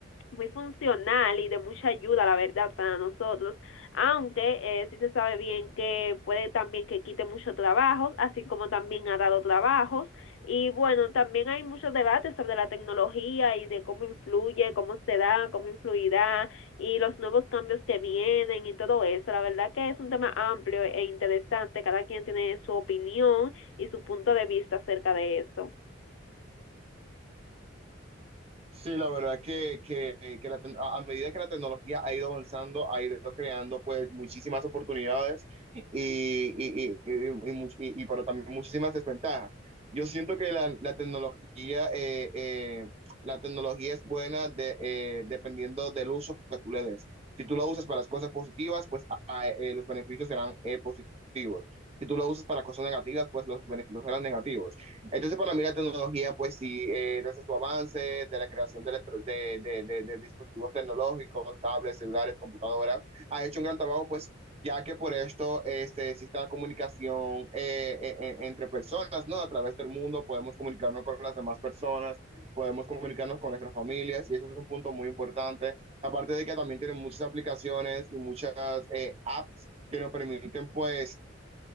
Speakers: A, on the left (about 75°); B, on the right (about 30°).
A: muy funcional y de mucha ayuda, la verdad, para nosotros, aunque eh, sí se sabe bien que puede también que quite muchos trabajos, así como también ha dado trabajos. Y bueno, también hay muchos debates sobre la tecnología y de cómo influye, cómo se da, cómo influirá y los nuevos cambios que vienen y todo eso. La verdad que es un tema amplio e interesante. Cada quien tiene su opinión y su punto de vista acerca de esto.
B: Sí, la verdad que, que, que la tec- a a medida que la tecnología ha ido avanzando, ha ido creando pues muchísimas oportunidades y, y, y, y- y much- y- y, pero también muchísimas desventajas. Yo siento que la, la tecnología, eh, eh, la tecnología es buena de, eh, dependiendo del uso que tú le des. Si tú lo usas para las cosas positivas, pues ah, eh, los beneficios serán eh, positivos. Si tú lo usas para cosas negativas, pues los beneficios serán negativos. Entonces, para mí la tecnología, pues sí, eh, desde su avance, de la creación de, electro- de, de- de- de dispositivos tecnológicos, tablets, celulares, computadoras, ha hecho un gran trabajo, pues ya que por esto este, existe la comunicación eh, e- e- entre personas, ¿no? A través del mundo podemos comunicarnos con las demás personas, podemos comunicarnos con nuestras familias, y eso es un punto muy importante. Aparte de que también tienen muchas aplicaciones y muchas eh, apps que nos permiten, pues,